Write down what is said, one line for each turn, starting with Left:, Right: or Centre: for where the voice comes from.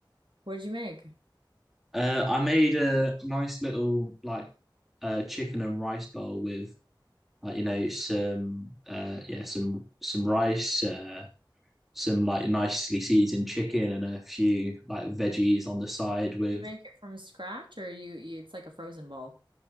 Right: What'd you make?
Centre: Uh, I made a nice little like uh chicken and rice bowl with like you know some uh yeah some some rice, uh some like nicely seasoned chicken and a few like veggies on the side with.
Right: Did you make it from scratch or you, you it's like a frozen bowl?